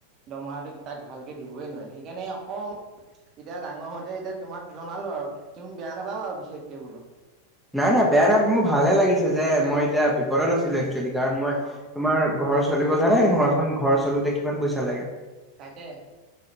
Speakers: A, on the right; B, in the centre.
A: দতমহাটো তাক ভালকে দিবই নোৱাৰিলো সেইকাৰণে অকমান এতিয়া ডাঙৰ হওঁতে এতিয়া তোমাক জনালো আৰু তুমি বেয়া নাপাবা আৰু বিশেষকে বোলো।
B: নাই-নাই বেয়া নাপ মোৰ ভালে লাগিছে যে মই এতিয়া বিপদত আছিলো একচুৱেলি কাৰণ মই,
A: অ
B: তোমাৰ ঘৰ চলিব জানে নে তোমাৰখন ঘৰ চলোতে কিমান পইচা লাগে।
A: তাকে